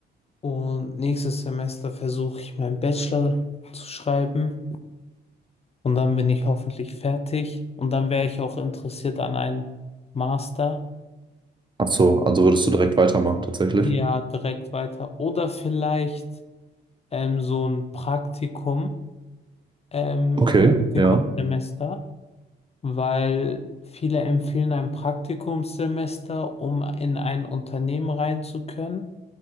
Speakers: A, on the left; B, on the right.
A: Und nächstes Semester versuche ich meinen Bachelor zu schreiben. Und dann bin ich hoffentlich fertig. Und dann wäre ich auch interessiert an einem Master.
B: Ach so, also würdest du direkt weitermachen tatsächlich?
A: Ja, direkt weiter. Oder vielleicht ähm, so ein Praktikum. ähm,
B: Okay,
A: Praktikumssemester,
B: ja.
A: weil viele empfehlen ein Praktikumssemester, um in ein Unternehmen rein zu können,